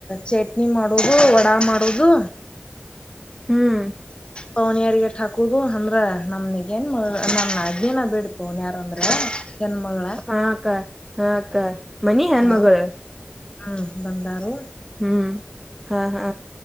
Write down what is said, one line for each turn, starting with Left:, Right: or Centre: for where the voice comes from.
Left: ಚಟ್ನಿ ಮಾಡೋುದು ವಡಾ ಮಾಡೋುದು
Centre: ಹ್ಮ್
Left: ಪವನ ಯಾರಗಟ್ ಹಾಕುದು ಅಂದ್ರ ನಮನಗ ಏನ್ ನಮ ಅಜ್ೇನ ಬಿೇಡ್ ಪವನ ಯಾರ್ ಅಂದ್ರ ಹೆಣ್ಮಗಳ
Centre: ಹಾಕ್ಕ ಹಾಕ್ಕ ಮನಿ ಹೆನ್
Left: ಯಾರು
Centre: ಮಗಳ
Left: ಹ್ಮ್ ಬಂದಾರು
Centre: ಹ್ಮ್ ಹಾ ಹಾ